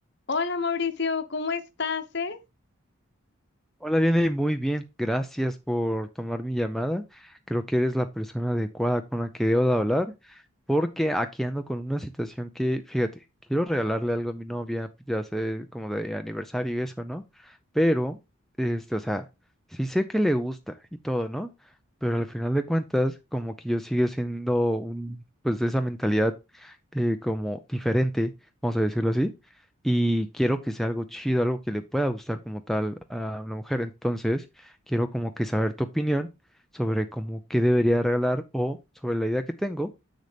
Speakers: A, on the left; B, in the centre.
A: Hola Mauricio, ¿cómo estás, eh?
B: Hola, viene muy bien. Gracias por tomar mi llamada. Creo que eres la persona adecuada con la que debo de hablar, porque aquí ando con una situación que, fíjate, quiero regalarle algo a mi novia, pues ya sé, como de aniversario y eso, ¿no? Pero, este, o sea, sí sé que le gusta y todo, ¿no? Pero al final de cuentas, como que yo sigo siendo un, pues de esa mentalidad eh, como diferente, vamos a decirlo así, y quiero que sea algo chido, algo que le pueda gustar como tal a una mujer. Entonces, quiero como que saber tu opinión sobre cómo qué debería regalar o sobre la idea que tengo,